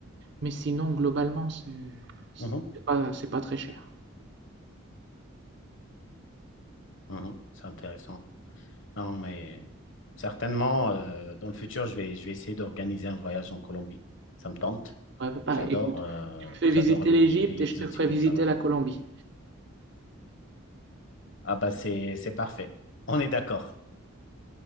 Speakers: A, on the right; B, on the left.
A: Mais sinon, globalement, c'est
B: Mhm.
A: c'est pas, c'est pas très cher.
B: Mhm. C'est intéressant. Non, mais certainement, euh, dans le futur, je vais, je vais essayer d'organiser un voyage en Colombie. Ça me tente.
A: Ouais, pareil,
B: J'adore
A: écoute,
B: euh,
A: tu me fais
B: j'adore
A: visiter
B: les,
A: l'Égypte
B: les pays
A: et
B: exotiques
A: je te ferai
B: comme
A: visiter
B: ça, ouais.
A: la Colombie.
B: Ah bah c'est c'est parfait. On est d'accord.